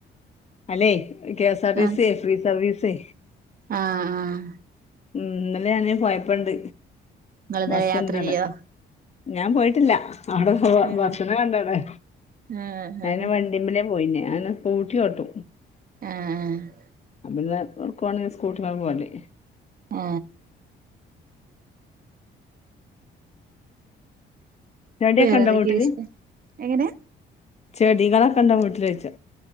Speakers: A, on the left; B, on the right.
A: അല്ലെ കെഎസ്ആർടിസി
B: ആഹ്
A: യെ ഫ്രീ സർവീസെ
B: ആഹ് ആഹ്
A: ഉം ഇന്നല്ലെ ഞാന് പോയപ്പണ്ട്
B: നിങ്ങൾ ഇന്നലെ
A: ബസ്സുണ്ടവിടെ
B: യാത്ര ചെയ്യോ
A: ഞാൻ പോയിട്ടില്ല അവിടെ
B: ഏഹ്
A: ഭക്ഷണം കണ്ടവിടെ
B: ആഹ്
A: ഞാൻ
B: ആഹ്
A: വണ്ടിമ്മലെ പോയിഞ്ഞെ ഞാൻ സ്കൂട്ടി ഓട്ടും
B: ആ ആ
A: അ പിന്നെ ഉറക്കുവാണെങ്കിൽ സ്കൂട്ടിമ്മേ പോരല്
B: ഏ
A: ചെടിയൊക്കെ
B: വേറെ
A: ഇണ്ടോ
B: എന്തൊക്കെയ
A: വീട്ടില്
B: വിശേ എങ്ങനെ
A: ചെടികളൊക്കെ ഇണ്ടാ വീട്ടില് യിച്ച